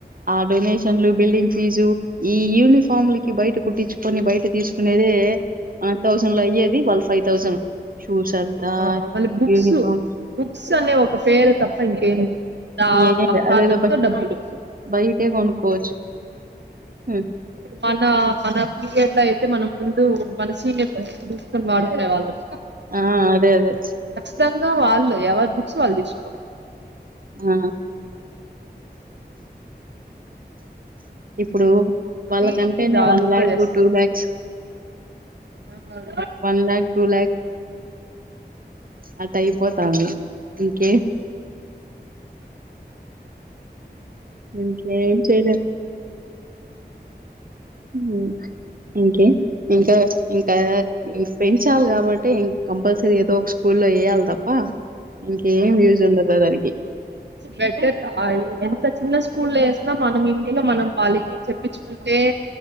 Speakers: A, on the right (about 55°); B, on the right (about 85°).
A: ఆ డొనేషన్ లు బిల్డింగ్ ఫీజు ఈ యూనిఫామ్లకి బయట కుట్టించుకొని బయట తీసుకు కునేదే ఆ థౌసండ్ లో అయ్యేది వాళ్ళు ఫైవ్ థౌసండ్ షూస్ అంతా
B: ఆ మళ్ళీ బుక్స్
A: యూనిఫార్మ్
B: బుక్స్ అనే ఒక పేరు తప్ప ఇంకేం దా
A: ఏం
B: అ
A: లే
B: ఫనక్
A: అదేదో బ
B: తో డబ్బులు
A: బయటే కొనుక్కోవచ్చు హ్మ్
B: మనా మన పీరియడ్ లో అయితే మనం ముందు మన సీనియర్ వాడుకూనే వాళ్ళం
A: ఆ అదే అదే
B: నిజంగా వాళ్ళు ఎవరి బుక్స్ వాళ్ళు తీసుకో
A: ఆ ఇప్పుడు
B: మరీ
A: వాళ్ళకంటేనే
B: దారుణంగా
A: వన్ లాఖు
B: చేస్తారు
A: టూ ల్యాక్స్
B: చేసిన
A: వన్ ల్యాక్ టూ ల్యాక్ అట్ట అయిపోతాంది ఇంకే ఇంకేం చేయలేం ఉమ్ ఇంకా ఇంకా పెంచాలి కాబట్టి ఇం కంపల్సరీ ఏదో స్కూల్లో ఏయ్యాలి తప్ప ఇంకేం యూజ్ ఉండదు దానికి
B: బెటర్ ఆ ఎంత చిన్న స్కూల్ ఎస్ మనం ఇంట్లో మనం వాళ్లకి చెప్పించుకుంటే